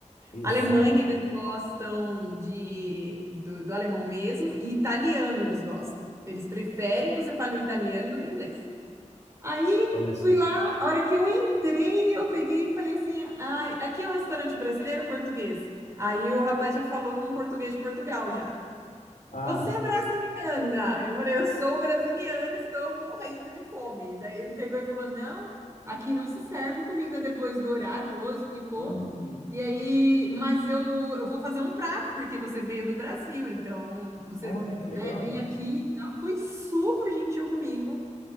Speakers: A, on the left (about 70°); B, on the right (about 25°).
A: Exato.
B: Alemanha, eles gostam de, do, do alemão mesmo, e italiano eles gostam. Eles preferem que você fale o italiano do que o inglês. Aí
A: Olha só.
B: fui lá, a hora que eu entrei, eu peguei e falei assim: ai, aqui é um restaurante brasileiro ou português? Aí o rapaz já falou num português de Portugal já.
A: Ah.
B: Você é brasiliana? Eu falei, eu sou brasiliana, estou morrendo de fome. Daí ele pegou e falou: não, aqui não se serve comida depois do horário, falou, explicou.
A: Hum.
B: E aí, mas eu, eu vou fazer um prato, porque você veio do Brasil, então você,
A: Olha que legal.
B: né, vem aqui e tal. Foi super gentil comigo.